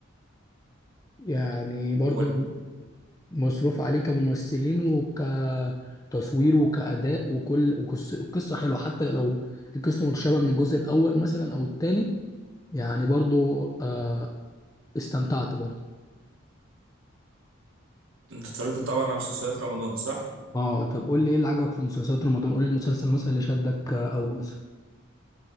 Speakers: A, on the left; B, on the right.
A: يعني برضه
B: هو الفيلم-
A: مصروف عليه كممثلين وكتصوير وكأداء وكل وقصة القصة حلوة حتى لو القصة متشابهة من الجزء الأول مثلا أو التاني يعني برضو آه استمتعت برضو
B: انت اتفرجت طبعا على مسلسلات رمضان صح
A: اه طب قول لي ايه اللي عجبك في مسلسلات رمضان قول لي المسلسل مثلا اللي شدك آه، أول مثلا